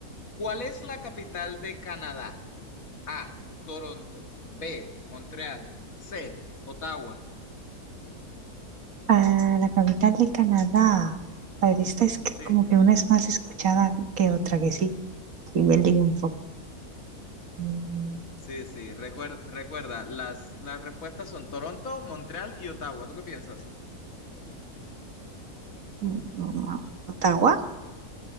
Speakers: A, on the left; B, on the right.
A: ¿Cuál es la capital de Canadá? A, Toronto, B, Montreal, C, Ottawa.
B: Ah, la capital de Canadá. A ver, esta es que
A: Sí,
B: como que una es más escuchada que otra, que sí. Y me lío un poco. Mm,
A: sí, sí. Recuer- recuerda, las, las respuestas son Toronto, Montreal y Ottawa. ¿Tú qué piensas?
B: mm, mm, Ottawa.